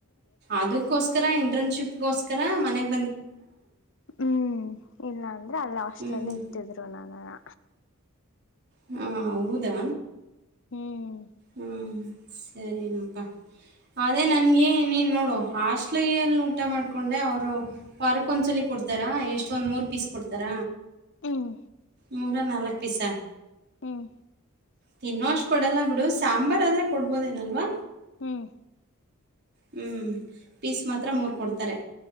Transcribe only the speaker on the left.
ಹ್ಮು ಇಲ್ಲಾಂದ್ರೆ ಅಲ್ಲೇ ಹಾಸ್ಟ್ಲಲ್ಲೇ
ಇಕ್ತಿದ್ರು ನಾನೆಯ
ಹ್ಮುಮ್
ಹ್ಮು್ಮ್
ಹ್ಮುಮ್
ಹ್ಮುಮ್